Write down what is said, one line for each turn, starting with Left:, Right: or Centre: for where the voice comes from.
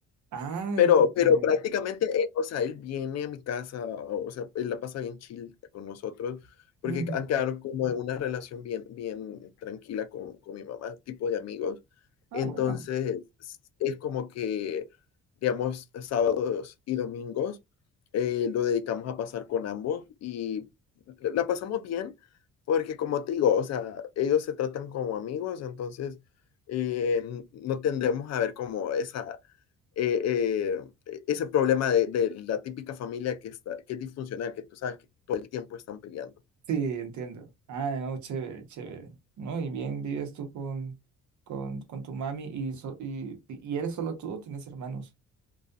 Right: Ay,
Left: Pero
Right: qué chévere.
Left: pero prácticamente, eh, o sea, él viene a mi casa, o sea, él la pasa bien chill con nosotros, porque
Right: Ujú.
Left: han quedado como en una relación bien bien tranquila con con mi mamá, tipo de amigos.
Right: Ah,
Left: Entonces,
Right: bueno.
Left: s- es como que, digamos, sábados y domingos, eh, lo dedicamos a pasar con ambos y la la pasamos bien, porque como te digo, o sea, ellos se tratan como amigos, entonces, eh, n- no tendremos a ver como esa eh, eh, e, ese problema de, de, la típica familia que, está, que es disfuncional, que tú sabes que todo el tiempo están peleando.
Right: Sí, entiendo. Ah, no, chévere, chévere. No, y bien, vives tú con, con, con tu mami y, so- y, y eres solo tú o tienes hermanos?